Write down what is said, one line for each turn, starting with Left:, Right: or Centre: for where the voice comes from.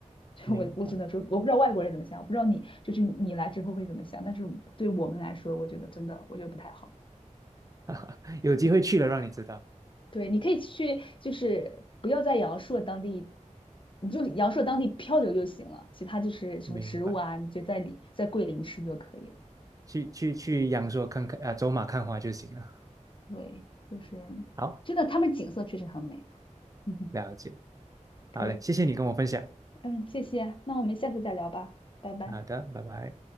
Left: <laughs> 就我我只能说，
Right: 明白。
Left: 我不知道外国人怎么想，我不知道你就是你来之后会怎么想，但是对我们来说，我觉得真的我觉得不太好。
Right: <laughs> 有机会去了让你知道。
Left: 对，你可以去，就是不要在阳朔当地，你就阳朔当地漂流就行了，其他就是什么植物啊，
Right: 明白。
Left: 你就在里在桂林吃就可以了。
Right: 去去去阳朔看看啊，走马看花就行了。
Left: 对，就是
Right: 好，
Left: 真的，他们景色确实很美。<laughs> 嗯，
Right: 了解。
Left: 可以，
Right: 好嘞，谢谢你跟我分享。
Left: 嗯，谢谢啊，那我们下次再聊吧，拜拜。
Right: 好的，拜拜。